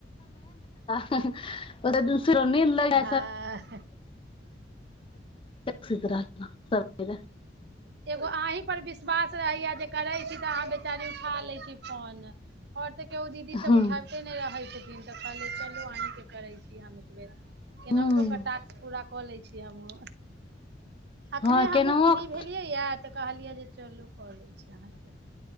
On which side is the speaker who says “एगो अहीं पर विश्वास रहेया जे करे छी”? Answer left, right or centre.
Right